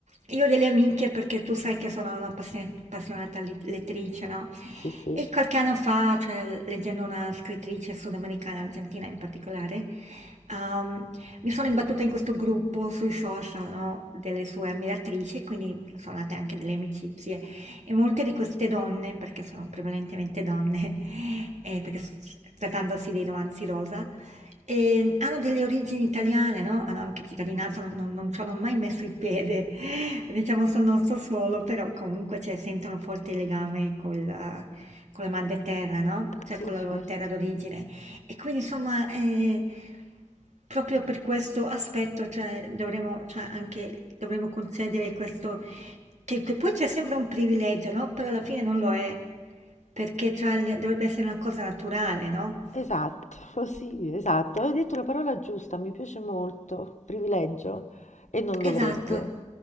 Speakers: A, on the right; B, on the left.
A: io ho delle amiche perché tu sai che sono una passion- appassionata li- lettrice, no?
B: Sì, sì.
A: E qualche anno fa, cioè, leggendo una scrittrice sudamericana, argentina in particolare, ehm, mi sono imbattuta in questo gruppo sui social, no? Delle sue ammiratrici, quindi sono nate anche delle amicizie. E molte di queste donne, perché sono prevalentemente donne, <laughs> eh, perché s- trattandosi dei romanzi rosa, e hanno delle origini italiane, no? Hanno anche cittadinanza, non, non- non ci hanno mai messo il piede, <laughs> diciamo, sul nostro suolo, però comunque cioè, sentono forte il legame col, eh, con la madre terra, no? Cioè
B: Sì,
A: con la loro
B: certo.
A: terra d'origine. E quindi, insomma, eh, proprio per questo aspetto, cioè, dovremmo, cioè, anche, dovremmo concedere questo, che, che poi c'è sempre un privilegio, no? Però alla fine non lo è, perché cioè, le- dovrebbe essere una cosa naturale, no?
B: Esatto, <laughs> sì, esatto. Hai detto la parola giusta, mi piace molto. Privilegio. E non
A: Esatto.
B: dovrebbe.